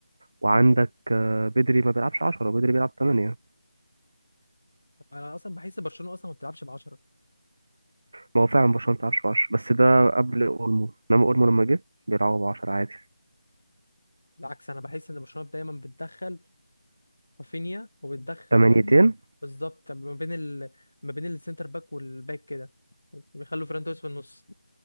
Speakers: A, on the right; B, on the left.
A: وعندك آه، بدري ما بيلعبش 10 بدري بيلعب 8
B: طب انا اصلا بحس برشلونه اصلا ما بتلعبش ب 10
A: ما هو فعلا برشلونة ما بتلعبش 10 بس ده قبل اولمو انما اولمو لما جه بيلعبوا ب 10 عادي
B: بالعكس انا بحس ان برشلونه دايما بتدخل رافينيا وبتدخل
A: 8
B: اولمو بالظبط طب ما بين ال... ما بين السنتر باك والباك كده بيخلوا فران توريس في النص